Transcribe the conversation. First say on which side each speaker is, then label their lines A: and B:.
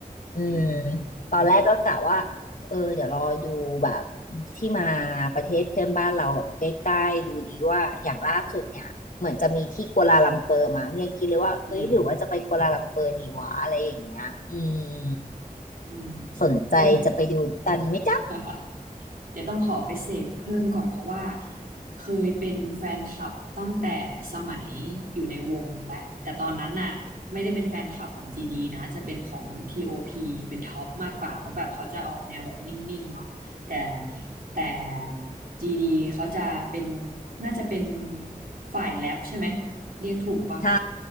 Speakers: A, on the left; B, on the right.
A: อืม
B: อืม
A: ตอนแรกก็กะว่า เออเดี๋ยวรอดูแบบ ที่มาประเทศเพื่อนบ้านเราแบบใกล้ๆดูดีว่าอย่างล่าสุดเนี่ยเหมือนจะมีที่กัวลาลัมเปอร์มั้งยังคิดเลยว่าเอ้ยหรือว่าจะไปกัวลาลัมเปอร์ดีวะอะไรอย่างเงี้ยอืม
B: อืมอืม
A: สนใจจะไปดูกันไหมจ๊ะ
B: อย่าง <laughs> เดี๋ยวต้องขอไปเสพเพิ่มก่อนเพราะว่าเคยเป็นแฟนคลับตั้งแต่สมัยอยู่ในวงและแต่ตอนนั้นน่ะไม่ได้เป็นแฟนคลับของ GD นะจะเป็นของ TOP เป็นท็อปมากกว่าเพราะแบบเขาจะออกแนวแบบนิ่งๆเนาะแต่แต่ GD เขาจะเป็นน่าจะเป็นฝ่ายแรปใช่ไหมเรียกถูกปะ
A: ใช่